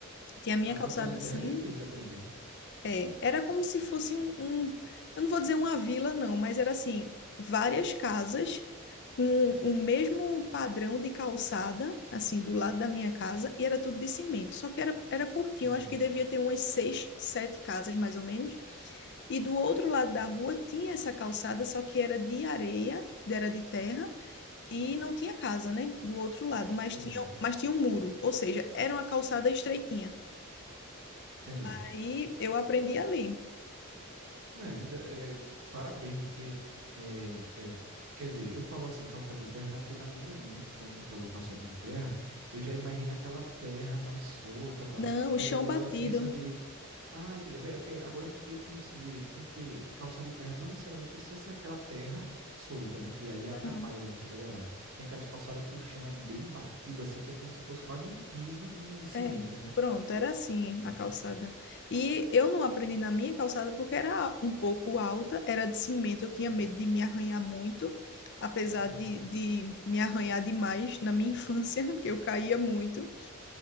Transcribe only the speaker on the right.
A
calçada de terra
é difícil de aprender.
Uhum.
Entendi.
Entendi.
Merda, é, parabéns, porque, é, é, quer dizer, eu falo assim, calçada de terra, mas é porque na minha mente, quando tu falou calçada de terra, eu já imagino aquela terra mais solta tal,
mas
agora
pensando direito, ah, entendeu? É é porque agora eu fiquei pensando direitinho, porque calçada de terra não necessariamente precisa ser aquela terra solta, né, que aí atrapalha
de você pedalar. Tem aquelas calçadas que o chão é bem batido assim, que é como se fosse quase um piso de cimento,
né?
Ah,
entendi.
Uhum.